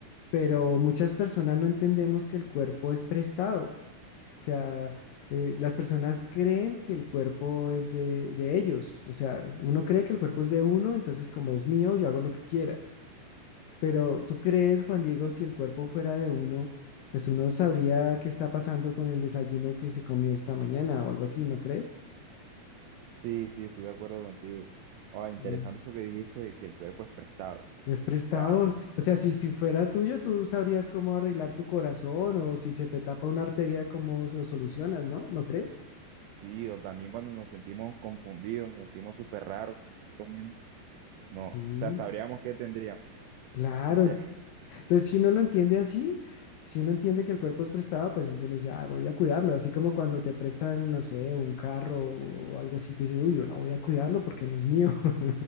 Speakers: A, on the left; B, on the right.
A: pero muchas personas no entendemos que el cuerpo es prestado. O sea, eh, las personas creen que el cuerpo es de, de ellos. O sea, uno cree que el cuerpo es de uno, entonces como es mío, yo hago lo que quiera. Pero tú crees, Juan Diego, si el cuerpo fuera de uno, pues uno sabría qué está pasando con el desayuno que se comió esta mañana o algo así, ¿no crees?
B: Sí, sí, estoy de acuerdo contigo. Ah, interesante
A: Sí.
B: eso que dijiste, de que el cuerpo es prestado. O
A: Es prestado.
B: sea,
A: O sea, si, si fuera tuyo, tú sabrías cómo arreglar tu corazón o si se te tapa una arteria, cómo lo solucionas, ¿no? ¿No crees?
B: sí, o también cuando nos sentimos confundidos, nos sentimos súper raros con nosotros mismos. No,
A: Sí,
B: o sea, sabríamos qué tendríamos.
A: claro.
B: Inter-
A: Entonces, si uno lo entiende así, si uno entiende que el cuerpo es prestado, pues entonces uno dice, ah, voy a cuidarlo. Así como cuando te prestan, no sé, un carro o algo así, tú dices, uy, yo no voy a cuidarlo porque no es mío. <laughs>